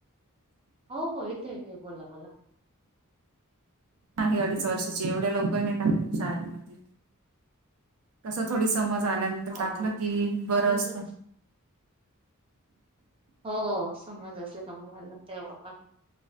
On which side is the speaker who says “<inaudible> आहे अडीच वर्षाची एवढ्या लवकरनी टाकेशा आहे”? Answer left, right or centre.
Right